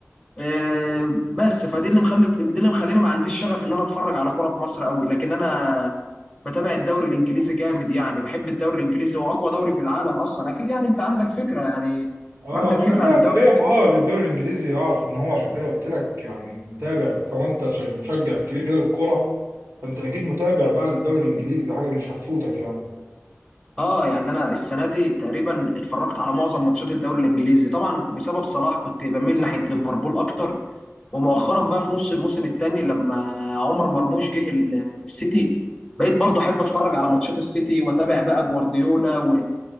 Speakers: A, in the centre; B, on the right.
A: آه، بس فدي اللي مخلي دي اللي مخليني ما عنديش شغف ان انا اتفرج على كوره في مصر قوي لكن انا بتابع الدوري الانجليزي جامد يعني بحب الدوري الانجليزي هو اقوى دوري في العالم اصلا اكيد يعني انت عندك فكره يعني
B: اه
A: عندك
B: ما
A: فكره
B: انا ليا
A: عن الدوري
B: ليا في
A: الانجليزي
B: اه للدوري الانجليزي اعرف ان هو عشان كده قلت لك يعني متابع طالما انت شا- مشجع كبير كده للكوره فانت اكيد متابع بقى للدوري الانجليزي دي حاجه مش هتفوتك يعني
A: اه يعني انا السنه دي تقريبا اتفرجت على معظم ماتشات الدوري الانجليزي طبعا بسبب صلاح كنت بميل ناحيه ليفربول اكتر ومؤخرا بقى في نص الموسم الثاني لما عمر مرموش جه ال- السيتي بقيت برضه احب اتفرج على ماتشات السيتي واتابع بقى جوارديولا و...